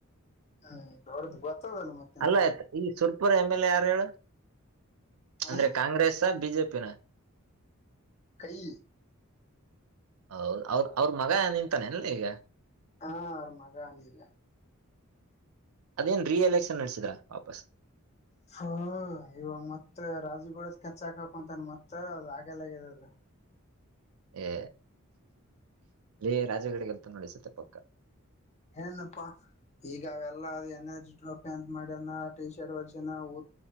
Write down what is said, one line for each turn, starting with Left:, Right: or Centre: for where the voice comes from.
Left: ಹ್ಮ್ ದೊಡ್ದ ಗೊತ್ತದಲ್ಲ ಮತ್ತೆ
Right: ಅಲ್ಲ ಆಯ್ತು ಈ ಸುರ್ಪುರ್ ಎಮ್ ಎಲ್ ಎ ಯಾರ ಹೇಳು ಅಂದ್ರೆ
Left: ಹ
Right: ಕಾಂಗ್ರೆಸ್ ಬಿಜೆಪಿನ
Left: ಕೈ
Right: ಹೌದ ಅವ್ರ ಅವ್ರ ಮಗ ನಿಂತಾನೆ ಎಲ್ಲ ಈಗ
Left: ಹಾ ಆರ ಮಗ ನೀಗ
Right: ಅದೇನ್ ರೀ ಎಲೆಕ್ಷನ್ ನಡೆಸಿದ್ರಾ ವಾಪಸ್
Left: ಹ ಇವಾಗ ಮತ್ತ ರಾಜುಗೂಡ ಸ್ಕೆಚ್ ಹಾಕಕೊಂತಾನ ಮತ್ತತ್ ಅದ ಆಗಲ್ಲಗ ಅದು
Right: ಏ ಇ ರಾಜಗಡಗೆಲ್ತ ನೋಡಿಸುತ್ತೆ ಪಕ್ಕ
Left: ಏನಪ್ಪಾ ಈಗ ಅವೆಲ್ಲಾ ಅ ಎನರ್ಜಿ ್ರಪ ಅಂತ ಮಾಡ ಟಿ ಶರ್ಟ್ ವರ್ ಊ